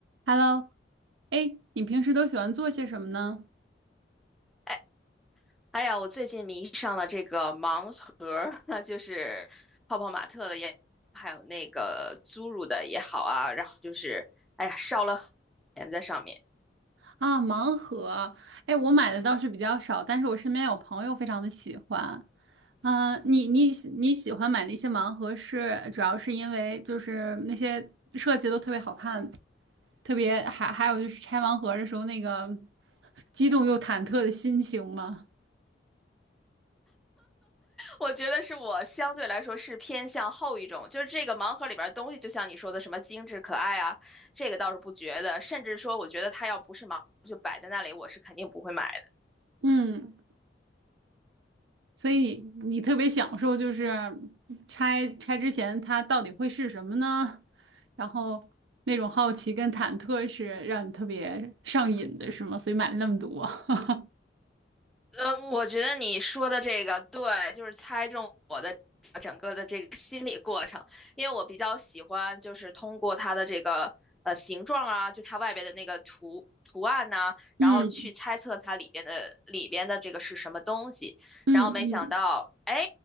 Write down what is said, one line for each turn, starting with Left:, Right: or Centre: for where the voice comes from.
Right: Hello，哎，你平时都喜欢做些什么呢？
Centre: 哎哎呀，我最近迷上了这个盲盒儿，<laughs> 那就是泡泡玛特的也，还有那个侏儒的也好啊，然后就是哎呀，烧了钱在上面。
Right: 啊，盲盒，哎，我买的倒是比较少，但是我身边有朋友非常的喜欢。啊，你你喜你喜欢买那些盲盒是主要是因为就是那些设计都特别好看，特别还还有就是拆盲盒的时候那个激动又忐忑的心情吗？
Centre: 我觉得是我相对来说是偏向后一种，就是这个盲盒里边儿东西，就像你说的什么精致可爱啊，这个倒是不觉得，甚至说我觉得它要不是盲盒就摆在那里，我是肯定不会买。
Right: 嗯。所以你特别享受，就是拆拆之前它到底会是什么呢？然后那种好奇跟忐忑是让你特别上瘾的，是吗？所以买了那么多。<laughs>
Centre: 呃，我觉得你说的这个对，就是猜中我的整个的这个心理过程，因为我比较喜欢就是通过它的这个呃形状啊，就它外边的那个图图案呐、然后去猜测它里边的里边的这个是什么东西，
Right: 嗯嗯嗯
Centre: 然后没想到，哎，